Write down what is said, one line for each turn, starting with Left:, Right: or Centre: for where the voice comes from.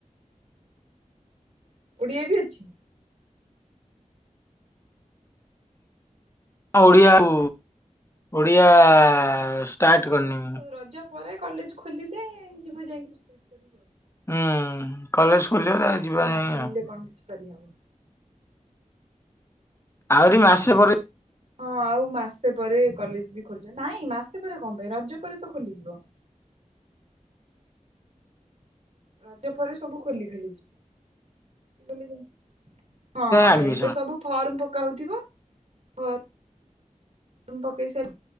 Right: ଓଡ଼ିଆ ବି ଅଛି?
Left: ହଁ ଓଡ଼ିଆ କୁ ଓଡ଼ିଆ ଷ୍ଟାର୍ଟ
Right: ହଁ
Left: କରନୁ।
Right: ରଜ ପରେ କଲେଜ ଖୋଲିଲେ ଯିବୁ ଯାଇକିରି <unintelligible>
Left: ହୁଁ କଲେଜ ଖୋଲିବ ତା ଯିବା
Right: ଏ
Left: ଯାଇ
Right: ନଖୋଲିଲେ
Left: ଆଉ
Right: କଣ କିଛି କରିହବ?
Left: ଆହୁରି ମାସେ ପରେ
Right: ହଁ ଆଉ ମାସେ ପରେ କଲେଜ୍ ବି ଖୋଲିଯିବ ନାଇଁ ମାସେ ପରେ କଣ ପାଇଁ ରଜ ପରେ ତ ଖୋଲିଯିବ। ରଜ ପରେ ସବୁ ଖୋଲି ଖଲି ଯିବ <unintelligible> ହଁ
Left: ଆଡମିସନ।
Right: ଏବେ ସବୁ ଫର୍ମ ପକାଉଥିବ ଫର୍ମ ଫର୍ମ ପକେଇ ସାରି